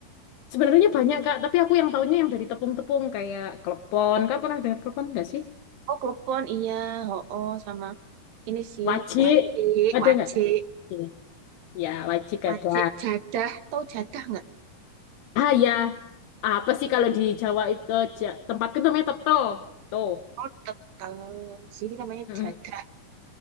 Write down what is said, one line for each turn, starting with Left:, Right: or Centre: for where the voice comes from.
Left: sebenarnya banyak Kak, tapi aku yang taunya yang dari tepung-tepung kayak klepon. Kak pernah dengar klepon nggak sih?
Right: Oh, klepon, iya, oh, oh, sama ini sih,
Left: Wajik.
Right: wacik,
Left: Ada
Right: wacik,
Left: nggak? Iya. Ya, wajik
Right: wacik,
Left: ada.
Right: jadah, tahu jadah nggak?
Left: Ah ya, apa sih kalau di Jawa itu Ja- tempatku namanya tetel. Tuh.
Right: Oh, tetap, sini namanya
Left: Mm-mm.
Right: jadah.